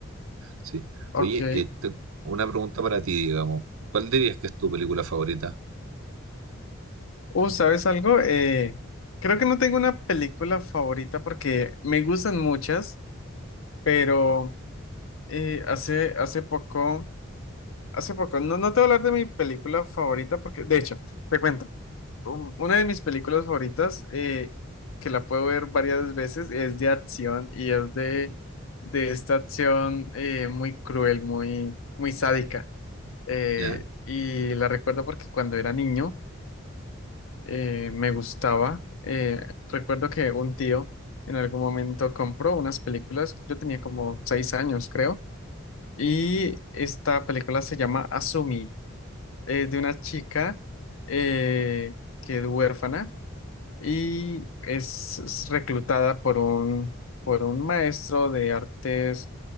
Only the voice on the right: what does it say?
sí.
Oye, eh, te- una pregunta para ti, digamos. ¿Cuál dirías que es tu película favorita?
¿Ya?